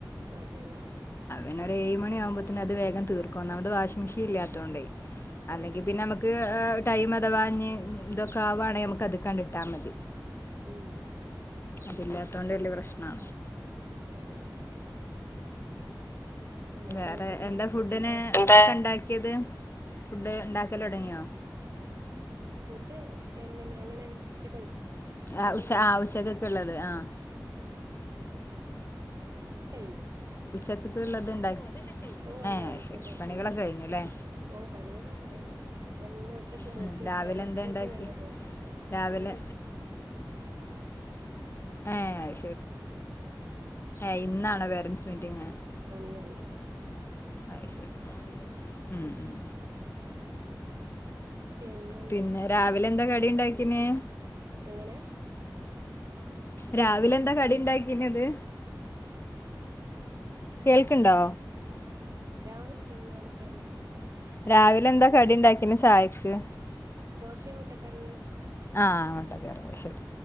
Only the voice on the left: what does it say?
പിന്നൊരു ഏഴ്മണി ആവുമ്പോത്തീന് അത് വേഗം തീർക്കും ഒന്നാമത് വാഷിങ് മെഷീ ഇല്ലാത്തോണ്ടേ. അല്ലെങ്കിൽ
പിന്നെ മ്മക്ക് ടൈം അതവാഞ്ഞ് ഇതൊക്കെ ആവാണെങ്കി മ്മക്കത്ക്കാണ്ടിട്ടാ മതി.
അതില്ലാത്തൊണ്ട് വല്ല്യ പ്രശ്നാ.
വേറെ
എന്താ ഫുഡിന്
എന്തൊക്കെണ്ടാ ക്കിയത്? ഫുഡ് ഇണ്ടാക്കലൊടങ്ങിയോ?
ആ ഉച ഉച്ചക്കെക്കെള്ളത്. ആഹ്
ഉച്ചക്കക്കള്ളത്ണ്ടാക്കി.
ഏഹ് അഹ്
ശരി. പണികളൊക്കെ
കഴിഞ്ഞുല്ലേ.
ഉം രാവിലെ
എന്താ
ഉണ്ടാക്കി
രാവിലെ ഏഹ്
എ ഇന്നാണോ പേരൻറ്സ് മീറ്റിംഗ്?
അഹ് ശരി. ആഹ്. ഉം ഉം.
പിന്നെ രാവിലെന്താ കടിണ്ടാക്കീ ന്യേ?
രാവിലെന്താ കടിണ്ടാക്കിന്യത്? കേൾക്ക്‌ണ്ടോ?
രാവിലെന്താ കടിണ്ടാക്കിന് ചായക്ക്?
ആ <unintelligible>